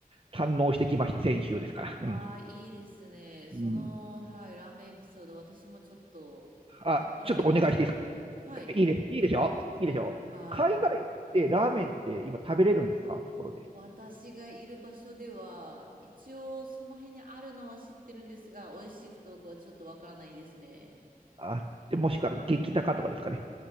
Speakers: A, on the right; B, on the right.
A: 堪能してきました、先週ですから。うん。
B: ああ、いいですね。その、
A: うん
B: はい、ラーメンエピソード、私もちょっと、
A: あ、
B: そそられますね。
A: ちょっとお願いしていいですか
B: はい。
A: いいです、いいでしょいいでしょ海外ってラーメンって今食べれるんですかところで。
B: はい。すごく私がいる場所では、一応その辺にあるのは知ってるんですが、美味しいかどうかはちょっとわからないですね。
A: あ、で、もしくは激高とかですかね